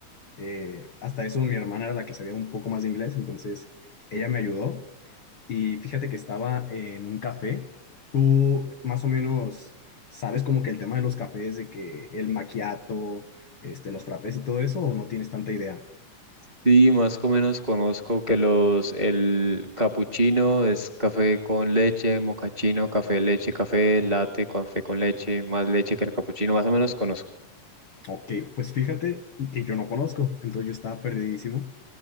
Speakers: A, on the left (about 75°); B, on the right (about 45°).
A: Eh, hasta eso mi hermana era la que sabía un poco más de inglés, entonces ella me ayudó y fíjate que estaba en un café. Tú más o menos sabes como que el tema de los cafés, de que el maquiato, este, los frappés y todo eso, o no tienes tanta idea.
B: Sí, más o menos conozco que los, el capuchino es café con leche, mocachino, café, leche, café, latte, café con leche, más leche que el capuchino, más o menos conozco.
A: Ok, pues fíjate que yo no conozco, entonces yo estaba perdidísimo